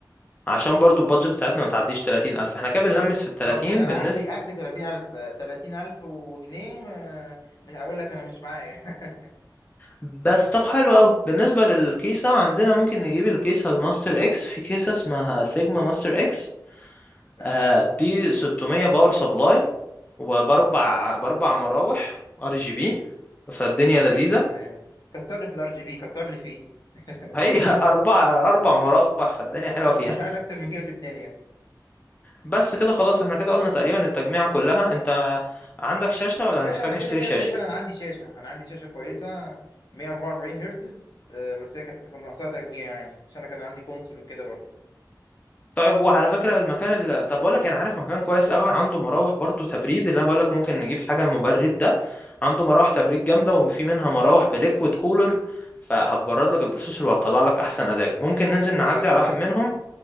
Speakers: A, on the left; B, on the left.
A: عشان برضو البادجت بتاعتنا ما تعديش 30000 احنا كده بنلمس في ال
B: بالظبط
A: 30
B: يعني انا
A: بالنسبة
B: اخري اخري 30000 30000 وجنيه ما- مش هقول لك انا مش معايا <laughs>
A: بس طب حلو قوي بالنسبة للكيسة عندنا ممكن نجيب الكيسة الماستر اكس في كيسة اسمها سيجما ماستر اكس
B: تمام
A: آه دي 600 باور سبلاي وباربع
B: مم.
A: باربع مراوح ار جي بي فالدنيا
B: اوكي
A: لذيذة
B: تمام كتر لي في الار جي بي كتر لي فيه <laughs>
A: هي <laughs> أربع أربع مراوح فالدنيا حلوة
B: بس
A: فيها
B: مش عايز اكتر من كده في الدنيا
A: بس كده خلاص احنا كده قلنا تقريبا التجميعة كلها انت عندك شاشة
B: والشاشه
A: ولا هنحتاج
B: انا
A: نشتري
B: كده كده
A: شاشة
B: تقريبا انا عندي شاشه انا عندي شاشه كويسه 144 هرتز آه، بس هي كانت كان ناقصها تجميع يعني عشان انا كان عندي كونسول وكده برضه
A: طيب وعلى فكرة المكان اللي... طب بقول لك إيه، انا عارف مكان كويس قوي عنده مراوح برضو تبريد اللي انا بقول لك ممكن نجيب حاجة مبرد ده عنده مراوح تبريد جامدة وفي منها مراوح بليكويد كولر فهتبرد لك البروسيسور وهتطلع لك احسن اداء ممكن ننزل
B: اوكي
A: نعدي
B: تمام
A: على واحد منهم